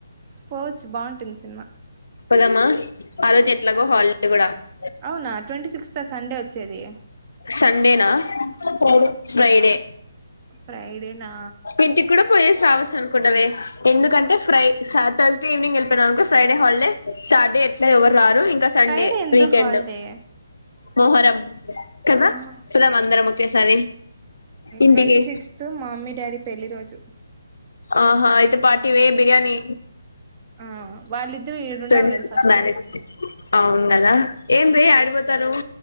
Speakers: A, on the right; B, on the left.
A: పోవచ్చు బాగుంటుంది సినిమా
B: పోదామా ఆరోజు ఎట్లాగో హాలి అ కూడా <unintelligible>
A: అవునా ట్వంటీ సిక్స్త్ సండే వచ్చేది
B: సండేనా ఫ్రైడే ఫ్రైడే
A: ఫ్రైడేనా
B: ఇంటికి కూడా పోయేసి రావచ్చు అనుకుంటావే ఎందుకంటే ఫ్రై ఠుర్స్దయ్ ఈవినింగ్ వెళ్లిపోయామనుకో ఫ్రైడే హల్డే సాార్డే ఎట్ ఇట్లా ఎవరు రారు ఇంకా సండే
A: ఫ్రైడే ఎందుకు
B: వీకెండ్
A: హాలిడే
B: మొహరం కదా
A: ఆహా
B: పోదాం అందరం ఒకేసారి ఇంటికి
A: ట్వంటీ సిక్స్త్ మా మమ్మీ డాడీ పెళ్లిి రోజు
B: ఆహా ఇయితే పార్టీవే బిర్యానీ
A: ఆ వాళ్ళిద్దరు ఈడుండాలి
B: ట్వంటీ
A: కదా
B: సిక్స్
A: ఫస్ట్
B: మ్యారేజ్ డే అవును కదా ఏం వే ఏడకి పో తరు